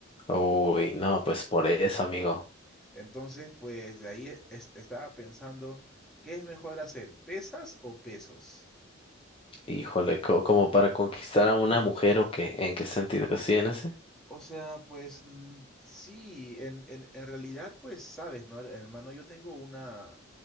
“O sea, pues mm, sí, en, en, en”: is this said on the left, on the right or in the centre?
Centre